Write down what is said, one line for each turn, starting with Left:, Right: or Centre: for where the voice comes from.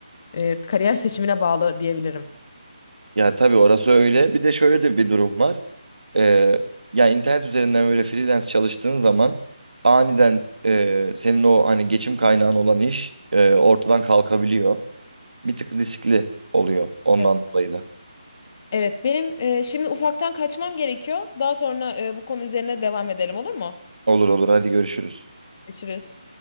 Left: E, kariyer seçimine bağlı diyebilirim.
Right: Ya tabii orası öyle. Bir de şöyle de bir durum var. Ee, ya internet üzerinden böyle freelance çalıştığın zaman aniden e, senin o hani geçim kaynağın olan iş e, ortadan kalkabiliyor. Bir tık riskli oluyor ondan
Left: Evet,
Right: dolayı da.
Left: Evet, benim e, şimdi ufaktan kaçmam gerekiyor. Daha sonra e, bu konu üzerine devam edelim olur mu?
Right: Olur olur hadi görüşürüz.
Left: Görüşürüz.